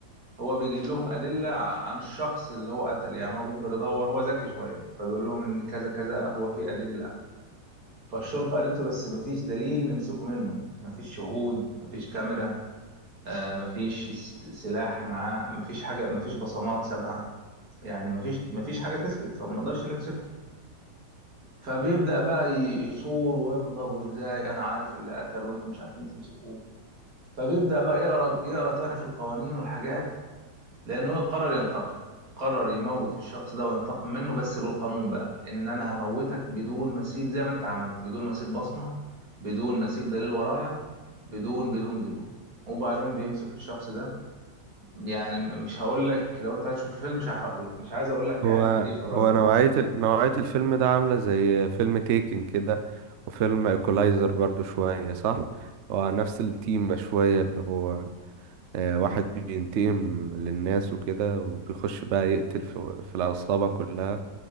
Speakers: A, on the right (about 55°); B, on the right (about 85°).
A: هو بيجيب لهم أدلة ع- عن الشخص اللي هو قتل يعني هو بيفضل يدور هو ذكي شوية فبيقول لهم إن كذا كذا هو في أدلة فالشرطة قالت له بس مفيش دليل نمسكه منه مفيش شهود مفيش كاميرا آه، مفيش س- سلاح معاه مفيش حاجة مفيش بصمات سابها يعني مفيش مفيش حاجة تثبت فما نقدرش نمسكه فبيبدأ بقى ي- يصور ويغضب وإزاي أنا عارف اللي قتل وأنتم مش عارفين تمسكوه فبيبدأ بقى يقرأ يقرأ تاني في القوانين والحاجات لان هو قرر ينتقم قرر يموت الشخص ده وينتقم منه بس بالقانون بقى ان انا هموتك بدون ما اسيب زي ما انت عملت بدون ما اسيب بصمة بدون ما اسيب دليل ورايا بدون بدون بدون وبعدين بيمسك الشخص ده يعني م- مش هقول لك لو انت هتشوف الفيلم مش هحرقه لك مش عايز اقول لك هيعمل
B: هو
A: ايه في الراجل
B: هو نوعية
A: ده
B: ال... نوعية الفيلم ده عاملة زي فيلم تيكن كده وفيلم ايكولايزر برضو شوية صح هو نفس التيمة شوية اللي هو آه، واحد بينتقم للناس وكده وبيخش بقى يقتل في, في العصابة كلها